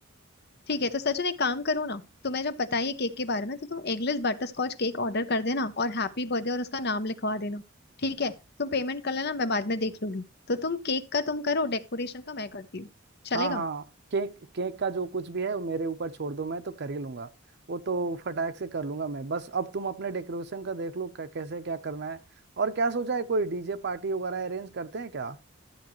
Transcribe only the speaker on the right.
हाँ हाँ केक केक का जो कुछ भी है वो मेरे ऊपर छोड़ दो मैं तो कर ही लूंगा वो तो फटाक से कर लूंगा मैं बस अब तुम अपने डेकोरेशन का देख लो कै- कैसे क्या करना है और क्या सोचा है कोई डीजे पार्टी वगैरह अरेंज करते हैं क्या